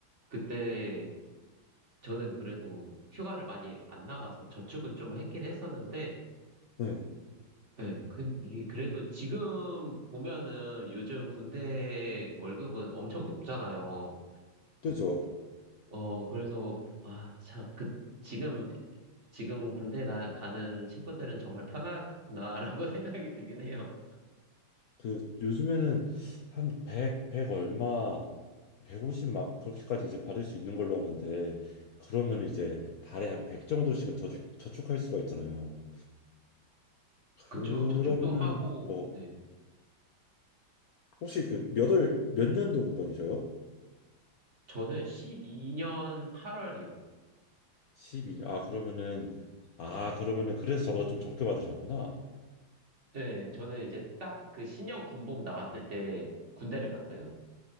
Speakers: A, on the right (about 35°); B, on the left (about 60°).
A: 그때 저는 그래도 휴가를 많이 안 나가서 저축은 좀 했긴 했었는데,
B: 네.
A: 네, 그, 이 그래도 지금 보면은 요즘 군대 월급은 엄청 높잖아요.
B: 그죠.
A: 어, 그래서, 아, 참, 그, 지금, 지금 군대 나, 가는 친구들은 정말 편하구나라고 <laughs> 생각이 들긴 해요.
B: 그 요즘에는 한 100, 100 얼마 150 막 그렇게까지 이제 받을 수 있는 걸로 아는데 그러면 이제 달에 한 100 정도씩은 저축 저축할 수가 있잖아요. 그러면은
A: 그쵸. 저축도 하고,
B: 어
A: 네.
B: 혹시 그 몇월 몇 년도 공번이셔요?
A: 저는 12년 8월이요.
B: 12년. 아 그러면은 아 그러면은 그래서 저보다 좀 적게 받으셨구나.
A: 네, 저는 이제 딱 그 신형 군복 나왔을 때 군대를 갔어요.